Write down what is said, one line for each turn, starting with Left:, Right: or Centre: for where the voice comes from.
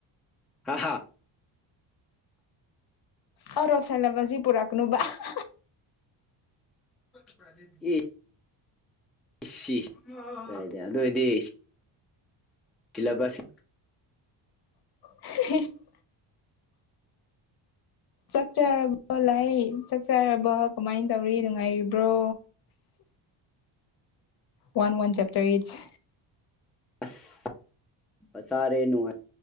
Centre: ꯍꯥ ꯍꯥ
Left: ꯑꯧꯠ ꯑꯣꯐ ꯁꯦꯂꯦꯕꯁꯁꯤ ꯄꯨꯔꯛꯀꯅꯨꯕ <unintelligible>
Centre: <unintelligible> ꯑꯦ ꯏꯁꯤ <unintelligible> ꯑꯗꯨꯑꯣꯏꯗꯤ ꯈꯤꯂꯕꯁꯤ
Left: <unintelligible> ꯆꯥꯛ ꯆꯥꯔꯕꯣ ꯂꯩ ꯆꯥꯛꯆꯥꯔꯕꯣ ꯀꯃꯥꯏ ꯇꯧꯔꯤ ꯅꯨꯡꯉꯥꯏꯔꯤꯕ꯭ꯔꯣ ꯋꯥꯟ ꯋꯥꯟ ꯆꯦꯞꯇꯔ ꯏꯆ
Centre: <unintelligible> ꯑꯁ ꯑ ꯆꯔꯦ ꯅꯨꯡꯉꯥꯏ